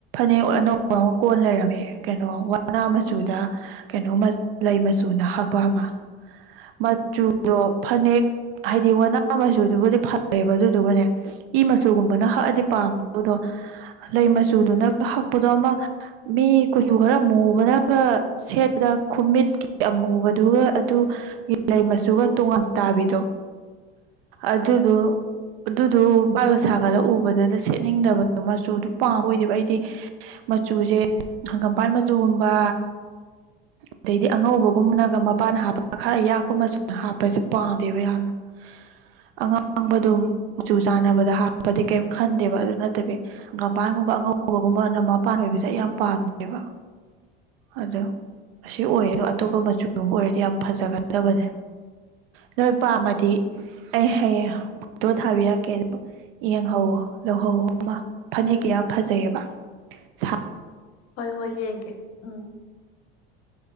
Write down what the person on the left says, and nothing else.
<inaudible>
<inaudible>
ꯑꯣ
ꯍꯣꯏ ꯍꯣꯏ ꯌꯦꯡꯒꯦ ꯎꯝ